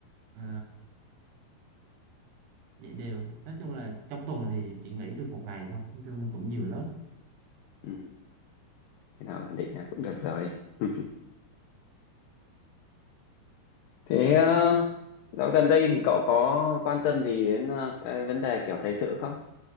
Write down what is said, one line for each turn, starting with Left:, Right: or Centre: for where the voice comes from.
Right: ờ, dạy đều. Nói chung là trong tuần thì chỉ nghỉ được một ngày thôi, nói chung cũng nhiều lớp.
Left: Ừ, thế nào ổn định là cũng được rồi. <laughs> Thế ờ, dạo gần đây thì cậu có quan tâm gì đến ờ, cái vấn đề kiểu thời sự không?